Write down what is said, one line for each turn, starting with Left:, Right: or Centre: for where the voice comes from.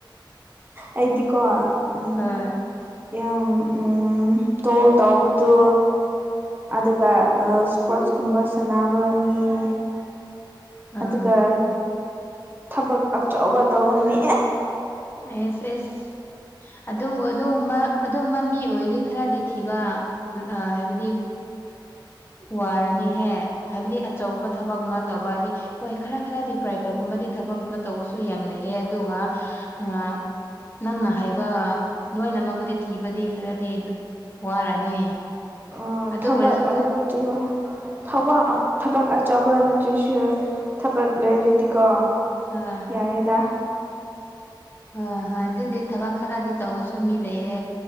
Right: ꯑꯩꯗꯤ ꯀꯣ ꯎꯝ
Left: ꯍꯣꯏ
Right: ꯎꯝ ꯇꯣꯜ ꯇꯧꯕꯗꯣ ꯑꯗꯨꯒ ꯁ꯭ꯄꯣꯔ꯭ꯠ ꯒꯨꯝꯕ ꯁꯥꯟꯅꯕ ꯃꯤ <inaudible>
Left: ꯑꯥ
Right: ꯑꯗꯨꯒ ꯊꯕꯛ ꯑꯆꯧꯕ ꯇꯧꯕ ꯃꯤ
Left: ꯑꯦꯁ ꯑꯦꯁ ꯑꯗꯨ ꯑꯗꯨꯒꯨꯝꯕ ꯑꯗꯨꯝꯕ ꯃꯤ ꯑꯣꯏꯔꯗꯤ ꯈꯔꯗꯤ ꯊꯤꯕ ꯍꯥꯏꯕꯗꯤ ꯋꯥꯔꯅꯤꯍꯦ ꯍꯥꯏꯕꯗꯤ ꯑꯆꯧꯕ ꯊꯕꯛꯒꯨꯝꯕ ꯇꯧꯕꯗꯤ ꯍꯣꯏ ꯈꯔ ꯈꯔꯗꯤ ꯄ꯭ꯔꯥꯏꯕꯦꯠ ꯒꯨꯝꯕꯗꯤ ꯊꯕꯛ ꯑꯃ ꯇꯧꯕꯁꯨ ꯌꯥꯝ ꯂꯩꯩꯌꯦ ꯑꯗꯨꯒ ꯑꯥ ꯅꯪꯅ ꯍꯥꯏꯕ ꯅꯣꯏꯅꯃꯛꯄꯨꯗꯤ ꯊꯤꯕꯗꯤ ꯈꯔꯗꯤ ꯋꯥꯔꯅꯤ
Right: ꯑꯣ
Left: ꯑꯗꯨ
Right: ꯊꯕꯛ
Left: ꯑꯣꯏꯔꯁꯨ
Right: <unintelligible> ꯊꯕꯛ ꯊꯕꯛ ꯑꯆꯧꯕ ꯅꯠꯇ꯭ꯔꯁꯨ ꯊꯕꯛ ꯂꯩꯔꯗꯤꯀꯣ
Left: ꯍꯣꯏ
Right: ꯌꯥꯏꯗ
Left: ꯍꯣꯏ ꯍꯣꯏ ꯑꯗꯨꯗꯤ ꯊꯕꯛ ꯈꯔꯗꯤ ꯇꯧꯕꯁꯨ ꯃꯤ ꯂꯩꯌꯦ